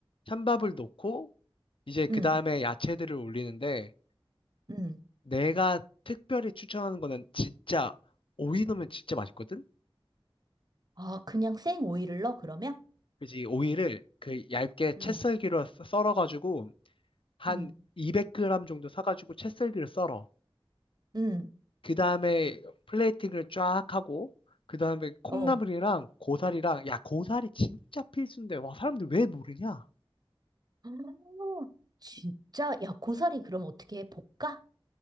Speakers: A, on the left; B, on the right.
A: 찬밥을 넣고 이제 그
B: 응,
A: 다음에 야채들을 올리는데
B: 응.
A: 내가 특별히 추천하는 거는 진짜 오이 넣으면 진짜 맛있거든?
B: 아, 그냥 생 오이를 넣어, 그러면?
A: 그지? 오이를 그 얇게 채
B: 응,
A: 썰기로 썰- 썰어가지고 한
B: 응,
A: 200g 정도 사가지고 채 썰기로 썰어.
B: 응,
A: 그 다음에 플레이팅을 쫙 하고 그 다음에 콩나물이랑
B: 어.
A: 고사리랑 야 고사리 진짜 필수인데 와 사람들 왜 모르냐?
B: <gasps> 아, 진짜? 야, 고사리 그럼 어떻게 해? 볶아?